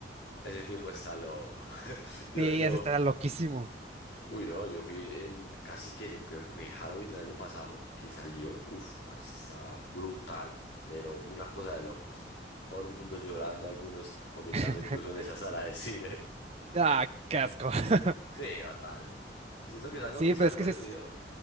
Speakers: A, on the left; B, on the right.
A: Ese tipo está loco. <laughs> Yo,
B: Sí,
A: yo,
B: ese está loquísimo.
A: Uy, no, yo fui en casi que yo creo que fue Halloween del año pasado que salió. Uf, parce, estaba brutal, pero una cosa de locos. Todo el mundo llorando, algunos vomitando
B: <laughs>
A: incluso en esa sala de cine. <laughs>
B: Ah, qué asco. <laughs>
A: Sí, fatal. Y siento que es algo
B: Sí,
A: que se
B: pero
A: ha
B: es
A: perdido.
B: que sí es,